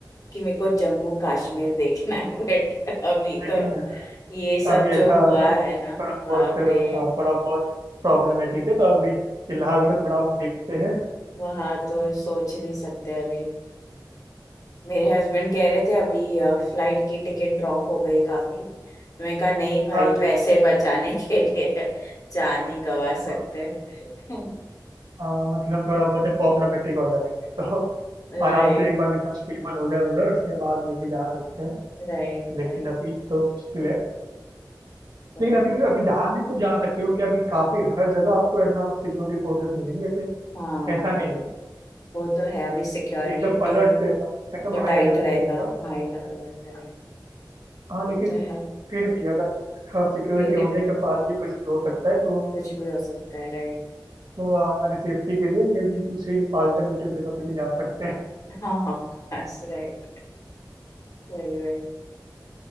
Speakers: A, on the left; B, on the right.
A: कि मेरे को जम्मू कश्मीर देखना है <laughs> बट अभी
B: लेकिन
A: तो ये सब
B: अब ये
A: जो
B: था
A: हुआ
B: थोड़ा
A: है ना
B: बहुत
A: बाप रे
B: हाँ थोड़ा बहुत प्रॉब्लमेटिक है तो अभी फिलहाल
A: हम्म,
B: तो थोड़ा देखते हैं
A: वहाँ तो सोच ही नहीं सकते अभी मेरे हस्बैंड कह रहे थे अभी फ्लाइट की टिकट ड्रॉप हो गई काफी मैं कहा नहीं भाई
B: हाँ क्योंकि
A: पैसे
B: वो
A: बचाने के लिए <laughs> जान नहीं गवा
B: हाँ,
A: सकते <laughs>
B: हाँ, मतलब थोड़ा बहुत प्रॉब्लमेटिक हो जाएगा नहीं तो
A: राइट
B: आराम से एक बार एकदम स्टेबल हो जाए उधर उसके बाद में भी जा सकते हैं
A: राइट
B: लेकिन
A: Right
B: अभी तो मुश्किल है
A: right
B: लेकिन अभी भी अभी जाने को जा सकते हो कि अभी काफी हर जगह आपको है ना सिक्योरिटी फोर्सेस मिलेंगे जैसे
A: हाँ
B: ऐसा नहीं है
A: वो तो है अभी सिक्योरिटी
B: अभी एकदम अलर्ट पे एकदम एकदम
A: तो
B: हाई
A: टाइट
B: अलर्ट
A: रहेगा
B: पे है पूरा
A: हाई अलर्ट रहेगा
B: हाँ लेकिन
A: वो तो है
B: फिर भी अगर सिक्योरिटी
A: फिर
B: होने
A: भी
B: के बाद भी कुछ भी हो सकता है तो
A: कुछ भी हो सकता है राइट
B: तो हमारी सेफ्टी के लिए मे भी दूसरी अल्टरनेटिव जगह पे भी जा सकते हैं
A: हाँ ऑफ कोर्स राइट वही वही